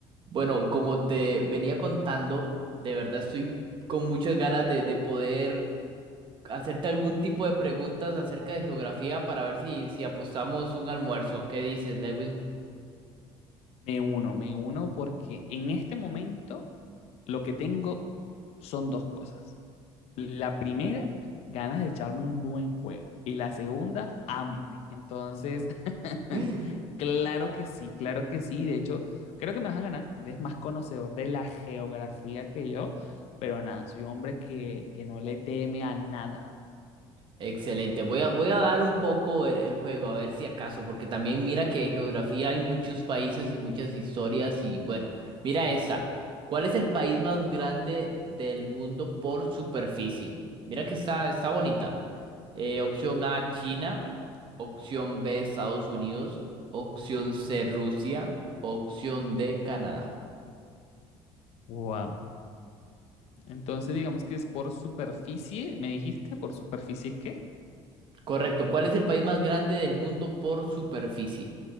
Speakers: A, on the right; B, on the left.
A: Bueno, como te venía contando, de verdad estoy con muchas ganas de, de poder hacerte algún tipo de preguntas acerca de geografía para ver si, si apostamos un almuerzo. ¿Qué dices, Lewin?
B: Me uno, me uno porque en este momento lo que tengo son dos cosas. La primera, ganas de echarme un buen juego. Y la segunda, hambre. Entonces, <laughs>
A: <laughs>
B: claro que sí, claro que sí. De hecho, creo que me vas a ganar. Eres más conocedor de la geografía que yo, pero nada, soy un hombre que, que no le teme a nada.
A: Excelente. Voy a, voy a dar un poco el, el juego, a ver si acaso, porque también mira que de geografía hay muchos países y muchas historias y bueno, mira esta. ¿Cuál es el país más grande del mundo por superficie? Mira que está, está bonita. Eh, opción A, China. Opción B, Estados Unidos. Opción C, Rusia. Opción D, Canadá.
B: Wow. Entonces, digamos que es por superficie, me dijiste, por superficie, ¿qué?
A: Correcto. ¿Cuál es el país más grande del mundo por superficie?